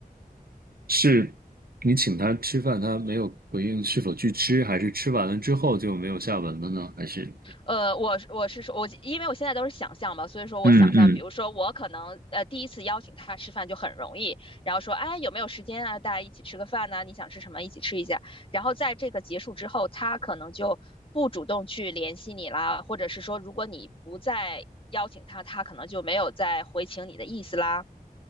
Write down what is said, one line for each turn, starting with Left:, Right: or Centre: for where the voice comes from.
Right: 是你请他吃饭，他没有回应是否去吃，还是吃完了之后就没有下文了呢？还是
Left: 呃，我是我是说，我因为我现在都是想象嘛，所以说我想象，
Right: 嗯嗯
Left: 比如说我可能呃第一次邀请他吃饭就很容易，然后说哎有没有时间啊，大家一起吃个饭呐、你想吃什么一起吃一下，然后在这个结束之后，他可能就不主动去联系你啦，或者是说如果你不再邀请他，他可能就没有再回请你的意思啦，